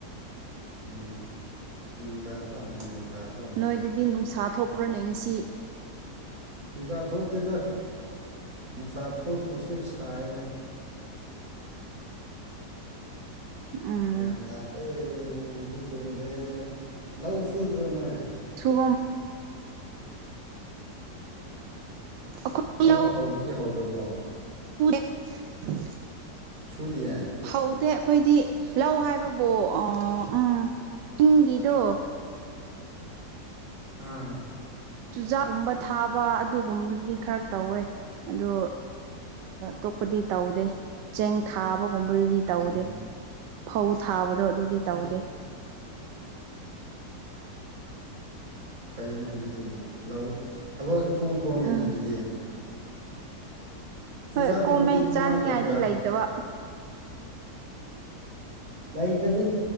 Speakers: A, on the right; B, on the right.
A: ꯎꯝ ꯅꯣꯡꯗꯥ ꯄꯝ ꯅꯣꯡ ꯇꯥꯕ ꯄꯥꯝꯃꯦ
B: ꯅꯣꯏꯗꯗꯤ
A: ꯑꯩꯗꯤ
B: ꯅꯨꯡꯁꯥ ꯊꯣꯛꯂ꯭ꯔꯣꯅꯦ ꯉꯁꯤ
A: ꯅꯨꯡꯁꯥ ꯊꯣꯛꯇꯦꯗ ꯅꯨꯡꯁꯥ ꯊꯣꯛꯇ꯭ꯔꯁꯨ ꯁꯥꯏꯅ
B: ꯎꯝ
A: ꯒ꯭ꯌꯥꯟ ꯇꯥꯇꯩꯩ ꯅꯣꯡꯁꯨ ꯆꯨꯗꯦ ꯂꯧ ꯁꯨꯗ꯭ꯔꯣ ꯅꯣꯏ
B: ꯊ ꯑꯩꯈꯣꯏ
A: ꯅꯧ
B: ꯂꯧ
A: ꯍꯧꯗꯤꯤ ꯍꯧꯔꯕꯣ
B: <inaudible>
A: ꯆꯨꯗꯌꯥ
B: ꯍꯧꯗꯦ ꯑꯩꯈꯣꯏꯗꯤ ꯂꯧ ꯍꯥꯏꯕꯕꯨ ꯎꯝ ꯆꯤꯡꯒꯤꯗꯣ
A: ꯑꯝ
B: ꯆꯨꯖꯥꯛꯒꯨꯝꯕ ꯊꯥꯕ ꯑꯗꯨꯒꯨꯝꯕꯗꯨꯗꯤ ꯈꯔ ꯇꯧꯋꯦ ꯑꯗꯣ ꯇꯣꯄꯗꯤ ꯇꯧꯗꯦ ꯆꯦꯡ ꯊꯥꯕ ꯒꯨꯝꯕꯗꯨꯗꯤ ꯇꯧꯗꯦ
A: ꯑꯣ
B: ꯐꯧ ꯊꯥꯕꯗꯣ ꯑꯗꯨꯗꯤ ꯇꯧꯗꯦ
A: ꯑꯦꯁ ꯐꯩꯅ ꯑꯗꯨꯗꯤ ꯂꯧ ꯊꯕꯛ ꯀꯣꯝ ꯀꯣꯝꯃꯤꯅ
B: ꯎꯝ
A: ꯑꯗꯨꯗꯤ ꯆꯨꯖꯥꯛꯀꯨꯝꯕꯗꯤ
B: ꯍꯣꯏ ꯀꯣꯝꯃꯦ
A: ꯀꯃꯥꯏꯅ
B: ꯆꯥꯅꯤꯉꯥꯏꯗꯤ
A: ꯇꯧꯒꯦ
B: ꯂꯩꯇꯕ
A: ꯂꯩꯕꯗꯤ